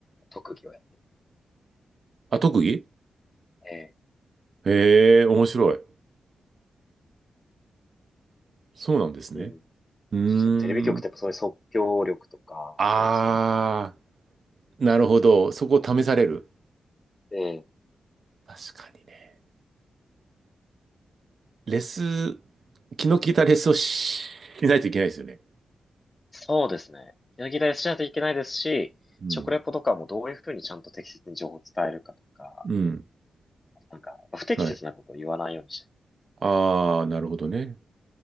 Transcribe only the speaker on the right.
あ、特技
へえ、面白い。そうなんですね。
うーん。
あ
あ、なるほど。そこを試される。
確かにね。レス気の利いたレッスンをししないといけないですよね。
うん。
うん。
はい。ああ、なるほどね。